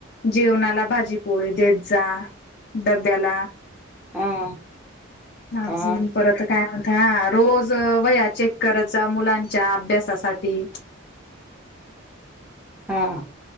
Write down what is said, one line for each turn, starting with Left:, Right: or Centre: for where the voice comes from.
Left: जेवणाला भाजी पोळी देत जा डब्याला
Centre: हा
Left: अजून
Centre: हा
Left: परत काय म्हणत रोज वया चेक करत जा मुलांच्या अभ्यासासाठी
Centre: हा